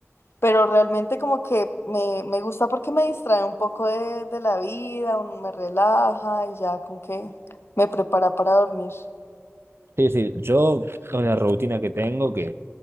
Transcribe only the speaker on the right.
Sí, sí, yo una rutina que tengo